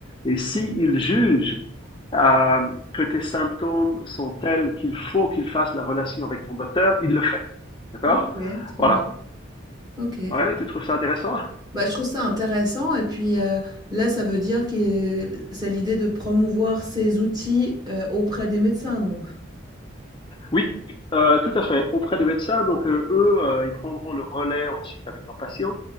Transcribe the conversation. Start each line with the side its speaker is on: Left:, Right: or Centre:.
Left: Et s'il juge euh, que tes symptômes sont tels qu'il faut qu'il fasse la relation avec ton docteur, il le fait. D'accord
Right: Ok, très
Left: Voilà.
Right: bien. Ok.
Left: Ouais, tu trouves ça intéressant
Right: Bah, je trouve ça intéressant et puis, heu, là, ça veut dire que c'est l'idée de promouvoir ces outils, heu, auprès des médecins donc?
Left: Oui, euh, tout à fait. Auprès des médecins, donc euh, eux, euh, ils prendront le relais ensuite avec leurs patients.